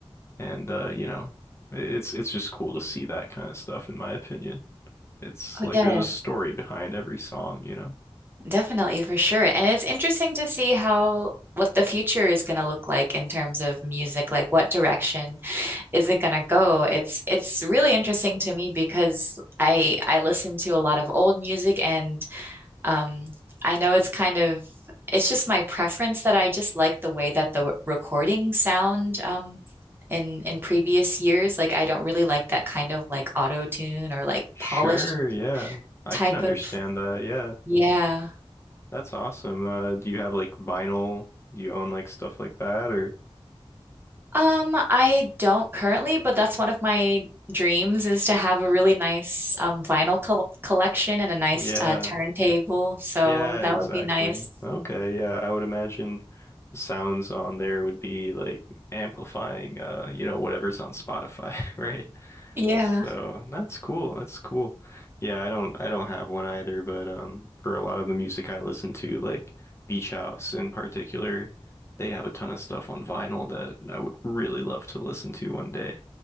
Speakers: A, on the left; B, on the right.
A: and uh, you know, it's it's just cool to see that kind of stuff, in my opinion. It's
B: Oh,
A: like
B: yeah.
A: there's a story behind every song, you know.
B: Definitely, for sure. And it's interesting to see how what the future is going to look like in terms of music, like what direction is it going to go? It's it's really interesting to me because I I listen to a lot of old music and um I know it's kind of it's just my preference that I just like the way that the w- recording sound um in in previous years. Like I don't really like that kind of like auto tune or like
A: Sure,
B: polished
A: yeah. I
B: type
A: can understand
B: of
A: that. Yeah.
B: yeah.
A: That's awesome. Uh, do you have like vinyl? Do you own like stuff like that or
B: Um, I don't currently, but that's one of my dreams is to have a really nice um, vinyl col collection and a nice
A: yeah.
B: uh, turntable. So
A: Yeah,
B: that
A: exactly.
B: would be nice.
A: Okay, yeah, I would imagine the sounds on there would be like amplifying uh, you know, whatever's on Spotify, <laughs> right?
B: Yeah.
A: So that's cool. That's cool. Yeah, I don't I don't have one either, but um for a lot of the music I listen to, like Beach House in particular, they have a ton of stuff on vinyl that I would really love to listen to one day.